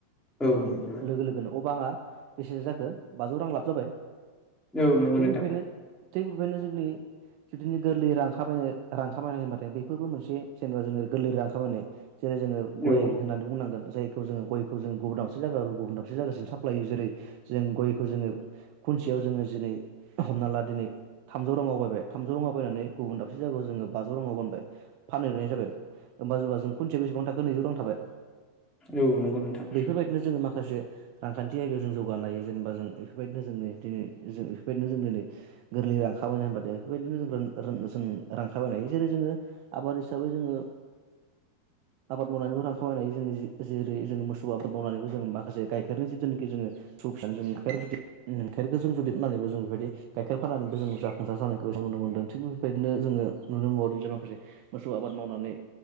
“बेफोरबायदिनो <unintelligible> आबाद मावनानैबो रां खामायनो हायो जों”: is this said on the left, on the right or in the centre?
Right